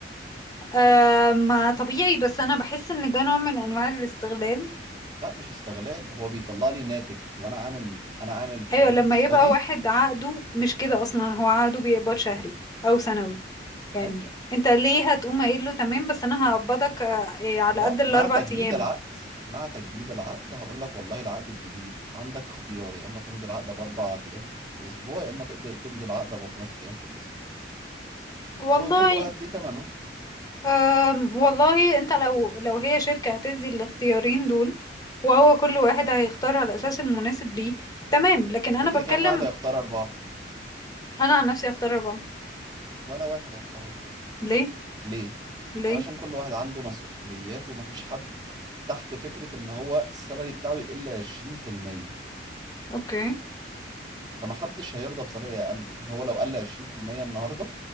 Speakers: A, on the left (about 20°); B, on the right (about 20°).
A: آه ما طبيعي بس انا بحس ان ده نوع من انواع الاستغلال
B: لا مش استغلال هو بيطلع لي ناتج وانا عامل انا عامل فيزابيليتي
A: ايوه لما
B: ستادي
A: يبقى واحد عقده مش كده اصلا هو عقده بيقبض شهري او سنوي يعني
B: حلو
A: انت ليه هتقوم قايل له تمام بس انا هقبضك آه، إيه، على
B: لا
A: قد الاربع
B: مع تجديد
A: ايام
B: العقد مع تجديد العقد هقول لك والله العقد الجديد عندك اختيار يا اما تمضي العقد باربع ايام في الاسبوع يا اما تقدر تمضي العقد بخمس ايام في الاسبوع
A: والله
B: وكل واحد ليه ثمنه
A: أم والله انت لو لو هي شركة هتدي الاختيارين دول وهو كل واحد هيختار على اساس المناسب ليه تمام لكن
B: تفتكري
A: انا بتكلم
B: كم واحد هيختار اربعه
A: انا عن نفسي هختار اربعة
B: ولا واحد هيختار اربعه
A: ليه
B: ليه
A: ليه
B: علشان كل واحد عنده مسؤوليات ومفيش حد تحت فكره ان هو السالري بتاعه يقل 20%
A: اوكي
B: فما حدش هيرضى بسالري اقل يعني هو لو قل 20% النهارده